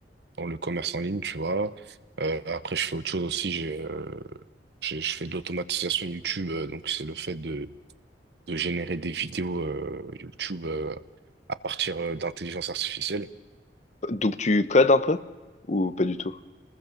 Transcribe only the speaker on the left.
Donc tu codes un peu ou pas du tout?